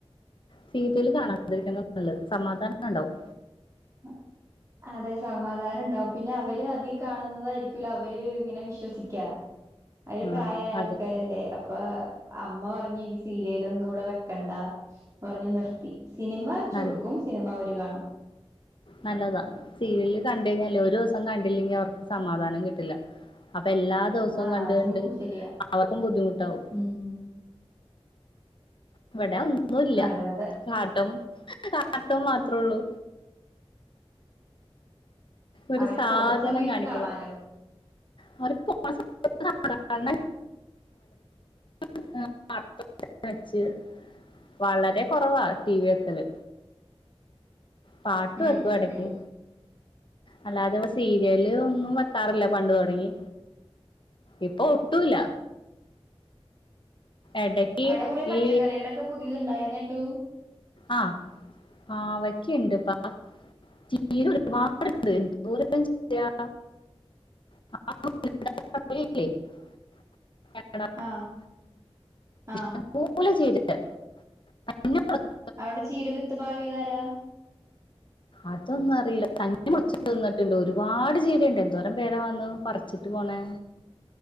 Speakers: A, on the left (about 50°); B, on the right (about 30°).
A: സീരേല് കാണാതിരിക്കുന്നത നല്ലത്. സമാധാനം ഇണ്ടാവും.
B: ആ. അതെ സമാധാനം ഇണ്ടാവും. പിന്നെ അവര് അതി കാണുന്നതായിരിക്കുലോ അവര് ഇങ്ങനെ വിശ്വസിക്കാ. അവര്
A: ആ
B: പ്രായായ ആൾക്കാരല്ലേ?
A: അതെ
B: ഇപ്പ അമ്മ പറഞ്ഞ് ഇനി സീരേലൊന്നും ഇവ്ടെ വെക്കണ്ട പറഞ്ഞ് നിർത്തി. സിനിമ ച്ചൊടുക്കും
A: നല്ലത്
B: സിനിമ അവര് കാണും.
A: നല്ലതാ. സീരിയല് കണ്ട് കഴിഞ്ഞാലേ ഒരു ദിവസം കണ്ടില്ലെങ്കി അവർക്ക് സമാധാനം കിട്ടില്ല. അപ്പൊ എല്ലാ ദിവസവും
B: ആ
A: കണ്ട്കണ്ട്
B: അതും ശരിയാ
A: അവർക്കും ബുദ്ധിമുട്ടാവും.
B: ഉം
A: ഇവടെ ഒന്നും ഇല്ല.
B: അതെ അതെ
A: കാട്ടം കാട്ടം മാത്രേ ഉള്ളൂ. ഒരു
B: അവര്
A: സാധനം
B: പോണ സമയത്ത്
A: കാണിക്കില്ല
B: കാണാലോ.
A: അവര് പോണ സമയത്ത് <unintelligible> <unintelligible> വളരെ കുറവാ ടി വി വെക്കല്. പാട്ട്
B: ഉം
A: വെക്കും
B: ഉം
A: എടക്ക്.
B: ഉം
A: അല്ലാതെ ഇവിടെ സീരിയല് ഒന്നും വെക്കാറില്ല പണ്ട് തുടങ്ങി. ഇപ്പൊ ഒട്ടും ഇല്ല. ഇടക്ക്
B: അവിടെ കുറെ പച്ചക്കറികളൊക്കെ
A: ഈ
B: പുതിയത് ഉണ്ടായീന്ന് കേട്ടു.
A: ആഹ് പാവക്കയുണ്ട് <unintelligible> ചീര ഒരുപാടുണ്ട് എന്തോരെല്ലാം ചീരയാ. <unintelligible> <unintelligible>
B: ആഹ് ആഹ്
A: ഇഷ്ടം പോലെ ചീരയുണ്ട്. <unintelligible>
B: അവിടെ ചീര വിത്ത് പാവിയതാരാ?
A: അതൊന്നും അറിയില്ല. തന്നേ മൊളച്ച് നിന്നിട്ടുണ്ട്. ഒരുപാട് ചീരയുണ്ട്. എന്തോരം പേരാ വന്ന് പറിച്ചിട്ട് പോണേ.